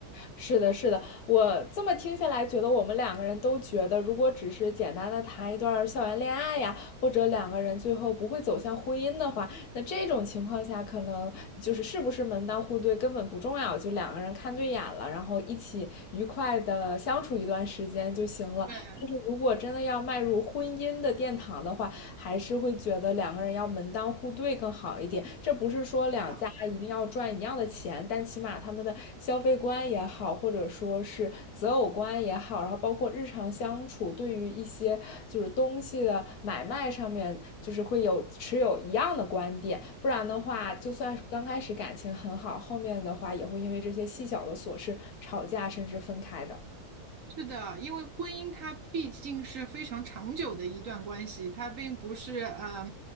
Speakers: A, on the left (about 70°); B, on the right (about 55°).
A: 是的，是的，我这么听下来，觉得我们两个人都觉得，如果只是简单的谈一段校园恋爱呀，或者两个人最后不会走向婚姻的话，那这种情况下，可能就是是不是门当户对根本不重要，就两个人看对眼了，然后一起愉快的相处一段时间就行了。
B: 对
A: 但是如果真的要迈入婚姻的殿堂的话，还是会觉得两个人要门当户对更好一点。这不是说两家一定要赚一样的钱，
B: 啊，
A: 但起码他们的消费观也好，或者说是择偶观也好，然后包括日常相处，对于一些就是东西的买卖上面，就是会有持有一样的观点。不然的话，就算是刚开始感情很好，后面的话也会因为这些细小的琐事吵架，甚至分开的。
B: 是的，因为婚姻它毕竟是非常长久的一段关系，它并不是呃，